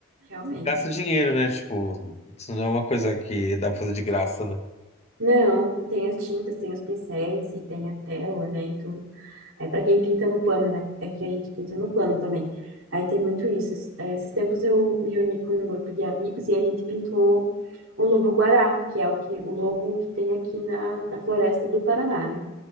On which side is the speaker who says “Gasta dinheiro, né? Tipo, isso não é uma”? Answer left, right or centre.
Left